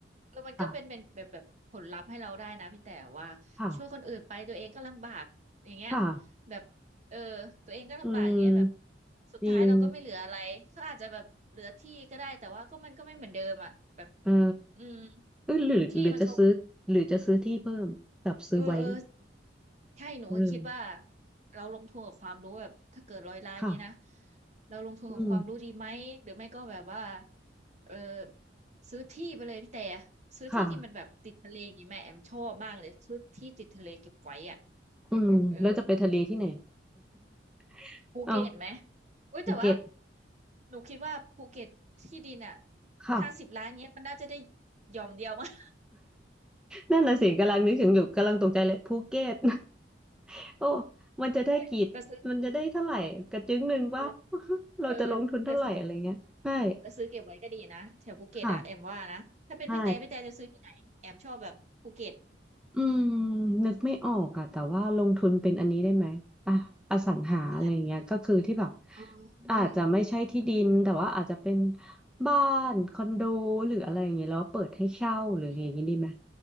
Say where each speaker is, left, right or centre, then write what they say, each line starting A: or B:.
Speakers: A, on the right (about 40°); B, in the centre.
A: เออมันก็เป็นเป็นแบบแบบผลลัพธ์ให้เราได้นะพี่แต่ว่าช่วยคนอื่นไปตัวเองก็ลำบากอย่างเงี้ย
B: ค่ะค่ะค่ะ
A: แบบเออตัวเองก็ลำบากอย่างเงี้ยแบบ
B: อืม
A: สุดท้ายเราก็ไม่เหลืออะไรเขาอาจจะแบบเหลือที่ก็ได้แต่ว่าก็มันก็ไม่เหมือนเดิมอ่ะแบบ
B: จริงเออ
A: อืม
B: เออหรือหรือจะซื้อหรือจะซื้อที่เพิ่มแบบซื้อไว้
A: ที่มันเขาเออเออ ใช่หนูก็คิดว่า
B: เออ
A: เราลงทุนกับความรู้แบบถ้าเกิดร้อยล้านนี้นะ
B: ค่ะ
A: เราลงทุนกับความรู้ดีไหมหรือไม่ก็แบบว่า
B: อืม
A: เออซื้อที่ไปเลยพี่แต่ซื้อที่ที่มันแบบติดทะเลอย่างนี้แม่แอมชอบมากเลยซื้อที่ติดทะเลเก็บไว้อ่ะ
B: ค่ะอืมแล้วจะไปทะเลที่ไหน
A: เออ
B: <laughs>
A: ภูเก็ตไหม
B: อ้าว
A: อุ้ยแต่ว่า
B: ภูเก็ต
A: หนูคิดว่าภูเก็ตที่ดินอ่ะ
B: ค่ะ
A: ห้าสิบล้านเงี้ยมันน่าจะได้หย่อมเดียวมั้ง
B: นั่นน่ะสิกำลังนึกถึงอยู่กำลังตกใจเลยภูเก็ต <laughs> โอ้มันจะได้กี่
A: <laughs> แต่ซื้อ
B: มันจะได้เท่าไหร่กระจึงหนึ่งว่า
A: เออ
B: <laughs> เราจะลงทุนเท่าไหร่อะไรเงี้ยใช่
A: เออแต่ซื้อ แล้วซื้อเก็บไว้ก็ดีนะแถวภูเก็ตอะแอมว่านะถ้าเป็นพี่แต่พี่แต่จะซื้อที่ไหนแอมชอบแบบภูเก็ต
B: ค่ะใช่ อืมนึกไม่ออกอะแต่ว่าลงทุนเป็นอันนี้ได้ไหมอ่ะอสังหาอะไรอย่างเงี้ยก็คือที่แบบ
A: อะไรอ๋อเออ
B: อาจจะไม่ใช่ที่ดินแต่ว่าอาจจะเป็นบ้านคอนโดหรืออะไรอย่างเงี้ยแล้วเปิดให้เช่าหรืออย่างงี้ดีไหม
A: อืม